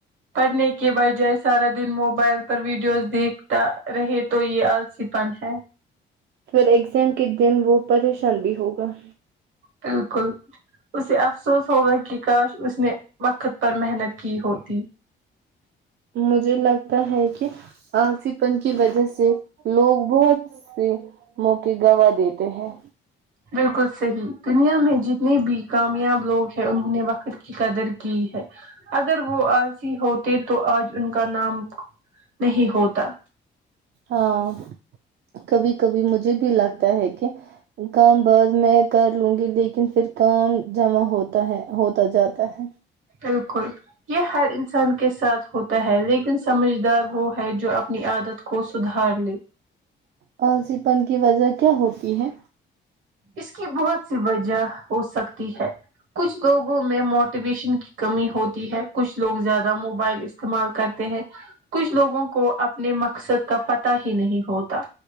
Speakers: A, on the right (about 75°); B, on the right (about 60°).
A: پڑھنے کے بجائے سارا دن موبائل پر ویڈیوز دیکھتا رہے تو یہ آلسی پن ہے
B: پھر ایگزام کے دن وہ پریشان بھی ہوگ واہ
A: بالکل اسے افسوس ہوگا کہ کاش اس نے وقت پر محنت کی ہوتی
B: مجھے لگتا ہے کہ آلسی پن کی وجہ سے لوگ بہت سے موقعے گواہ دیتے ہیں
A: بالکل صحیح دنیا میں جتنے بھی کامیاب لوگ ہیں انہوں نے وقت کی قدر کی ہے اگر وہ عضی ہوتے تو آج ان کا نام نہیں ہوتا
B: ہاں کبھی کبھی مجھے بھی لگتا ہے کہ کام بعد میں کر لوں گی لیکن پھر کام جمع ہوتا ہے ہوتا جاتا ہے
A: بالکل یہ ہر انسان کے ساتھ ہوتا ہے لیکن سمجھدار وہ ہے جو اپنی عادت کو سدھار لے
B: آلسی پن کی وجہ کیا ہوتی ہے
A: اس کی بہت سی وجہ ہو سکتی ہے کچھ لوگوں میں موٹیویشن کی کمی ہوتی ہے کچھ لوگ زیادہ موبائل استعمال کرتے ہیں کچھ لوگوں کو اپنے مقصد کا پتہ ہی نہیں ہوتا